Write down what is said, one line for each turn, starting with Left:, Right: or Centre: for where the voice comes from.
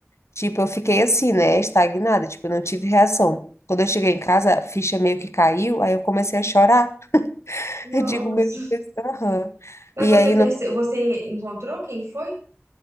Left: tipo, eu fiquei assim, né, estagnada, tipo, eu não tive reação. Quando eu cheguei em casa, a ficha meio que caiu, aí eu comecei a chorar. <laughs>
Right: Nossa.
Left: Eu digo, meu Deus, aham.
Right: Mas
Left: E
Right: você
Left: aí,
Right: perce...
Left: não,
Right: você encontrou quem foi?